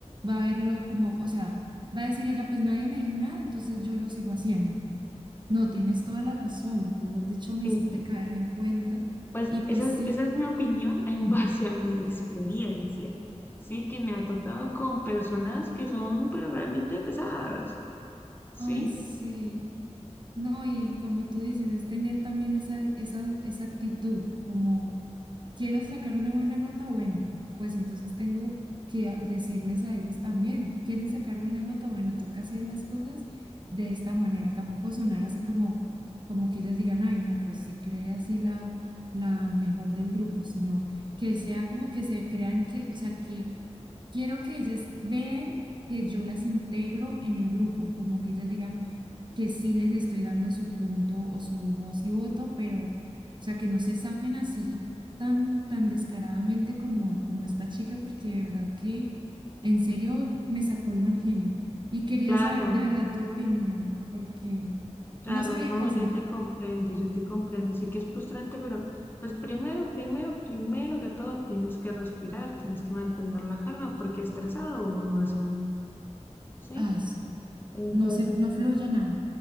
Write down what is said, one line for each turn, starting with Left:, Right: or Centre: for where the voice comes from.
Right: va a verlo como, o sea, va a decir ella, pues nadie me dijo nada, entonces yo lo sigo haciendo. No, tienes toda la razón, mejor dicho, me
Left: Y
Right: hiciste caer en cuenta
Left: pues
Right: y pues
Left: esa
Right: sí,
Left: es, esa es mi opinión <laughs> en base a mi experiencia. Sí, que me ha tocado con personas que son pues, realmente pesadas. Sí,
Right: ay, sí, no, y como tú dices, es tener también esa, esa, esa actitud, como quiero sacar una buena nota, bueno, pues entonces tengo que a- decirles a ellas también, ¿quieren sacar buena nota? Bueno, toca hacer las cosas de esta manera, tampoco sonar así como, como que ellas digan, ay, no, pues se cree así la, la mejor del grupo, sino que sea como que se crean que, o sea, que quiero que ellas vean que yo las integro en el grupo, como que ellas digan, que sí les estoy dando su punto o su voz y voto, pero, o sea, que no se zafen así tan, tan descaradamente como, como esta chica, porque de verdad que en serio me sacó el mal genio. Y quería
Left: claro,
Right: saber de verdad tu opinión, porque
Left: claro,
Right: no sabía
Left: no,
Right: qué hacer.
Left: yo te comprendo, yo te comprendo. Sí que es frustrante, pero pues primero, primero, primero que todo tienes que respirar, tienes que mantener la calma, porque estresado uno no hace nada. Sí.
Right: Ay, sí,
Left: Entonces,
Right: no se, no
Left: pues,
Right: fluye nada.